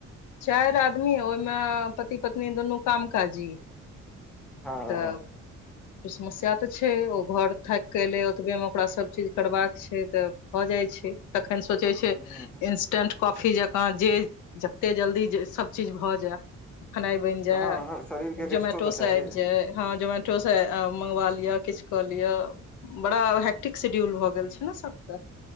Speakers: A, on the left; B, in the centre.
A: चारि आदमी ओहिमे पति पत्नी दुनू काम काजी
B: हँ
A: तऽ समस्या तऽ छैय ओ घर थाकि कऽ एलै ओतबेमे ओकरा सभचीज करबाक छैय तऽ भऽ जाइ छैय। तखन सोचै छैय
B: ह
A: इंस्टेंट कॉफी जकाँ जे जते जल्दी सब चीज भऽ जाय खेनाइ बनि जाय
B: हँ शरीर के रेस्टो
A: जोमटो
B: तऽ चाही
A: सऽ आबि जाय हाँ जो जोमटो से मंगवा लिया किछु कऽ लिय बड़ा हैक्टिक शेड्यूल भऽ गेल छैय नही सबकऽ